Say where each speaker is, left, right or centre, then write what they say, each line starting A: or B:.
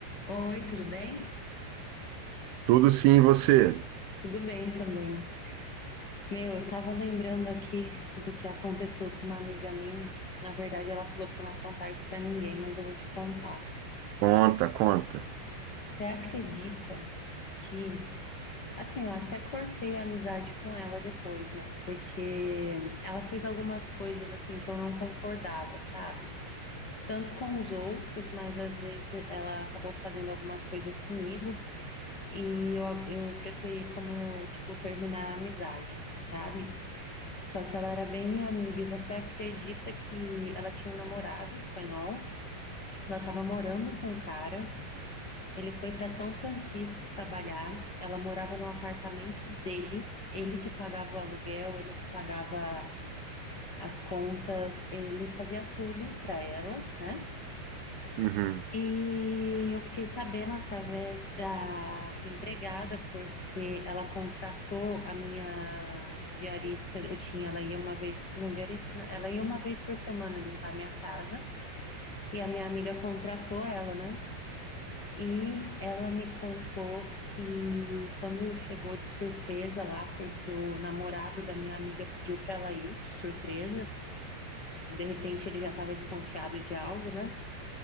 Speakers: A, on the left; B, on the right.
A: Oi, tudo bem?
B: Tudo sim, e você.
A: Tudo bem também. Meu, eu tava lembrando aqui do que aconteceu com uma amiga minha. Na verdade, ela falou pra não contar isso pra ninguém, mas eu vou te contar.
B: Conta, conta.
A: Você acredita que, assim, eu até cortei a amizade com ela depois, né? Porque ela fez algumas coisas assim que eu não concordava, sabe? Tanto com os outros, mas às vezes ela acabou fazendo algumas coisas comigo e eu, eu preferi como, tipo, terminar a amizade, sabe? Só que ela era bem minha amiga, e você acredita que ela tinha um namorado espanhol? Ela estava morando com um cara. Ele foi para São Francisco trabalhar. Ela morava no apartamento dele. Ele que pagava o aluguel, ele que pagava as contas, ele fazia tudo para ela, né?
B: Uhum.
A: E eu fiquei sabendo através da empregada, porque ela contratou a minha diarista. Eu tinha, ela ia uma vez, não diarista, não, ela ia uma vez por semana limpar a minha casa. E a minha amiga contratou ela, né? E ela me contou que quando chegou de surpresa lá, porque o namorado da minha amiga pediu para ela ir de surpresa, de repente ele já estava desconfiado de algo, né?